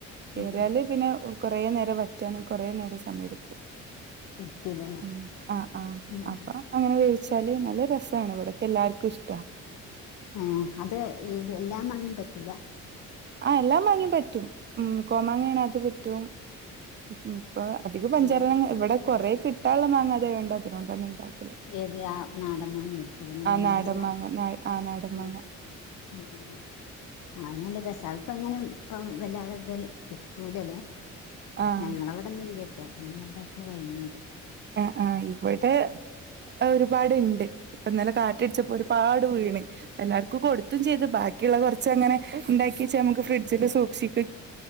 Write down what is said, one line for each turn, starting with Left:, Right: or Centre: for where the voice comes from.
Left: ഉം
Right: ഏറിയാല്
Left: ഉം
Right: പിന്നെ കൊറേ നേരം വറ്റാനും കൊറേ നേരം സമ സമയെടുക്കും
Left: കുടിക്കൂലേ
Right: ഉം ആഹ് ആഹ്
Left: ഉം ഉം
Right: അപ്പ അങ്ങനെ വേവിച്ചാല് നല്ല രസാണ് ഇവിടൊക്കെ എല്ലാർക്കും ഇഷ്ട്ട
Left: ഏഹേ അത് ഏത് എല്ലാം മാങ്ങയും പറ്റില്ല?
Right: ആഹ് എല്ലാ മാങ്ങിം പറ്റും ഉം കോമാങ്ങാ ആണേ അത് പറ്റും ഇപ്പൊ അധികം പഞ്ചാര
Left: എങ്ങനെ
Right: മാങ്ങ ഇവടെ കൊറേ കിട്ടാള്ള മാങ്ങാ അത് ആയോണ്ട് അതിനോണ്ടന്നെ ഇണ്ടാക്കല്
Left: ഏത് ആ നാടൻ മാങ്ങ ആയിരിക്കുലേ നല്ല
Right: ആ
Left: മധ്രള്ളെ?
Right: നാടൻ മാങ്ങ ന ആ നാടൻ
Left: ഉം
Right: മാങ്ങ
Left: ഉം ആഹ് അത് നല്ല രസാ അത്പ്പ ഇങ്ങനെ ഇപ്പ വല്ലാതെ ഇതുപോലെ കിട്ടൂലലേ?
Right: ആഹ്
Left: ഞങ്ങളെ ഇവടൊന്നും ഇല്യട്ടോ ഞങ്ങൾതക്കെ കഴിഞ്ഞിണ്ട്
Right: ആഹ് ആഹ് ഇവിടെ ഒരുപാടുണ്ട് ഇപ്പന്നലെ കാറ്റടിച്ചപ്പോ ഒരുപാട് വീണ് എല്ലാർക്കു കൊടുത്തും ചെയ്ത് ബാ ക്കിയുള്ള കുറച്ചങ്ങനെ ഇണ്ടാക്കി വച്ചാ നമുക്ക് ഫ്രിഡ്ജില് സൂക്ഷി